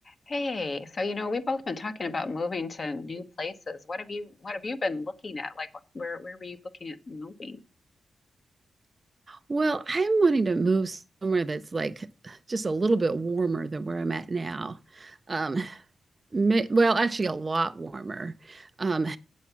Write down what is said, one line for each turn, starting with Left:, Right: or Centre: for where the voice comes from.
Left: Hey, so you know, we've both been talking about moving to new places. What have you what have you been looking at? Like what, where where were you looking at moving?
Right: Well, I'm wanting to move somewhere that's like just a little bit warmer than where I'm at now. Um, ma- well, actually, a lot warmer. Um,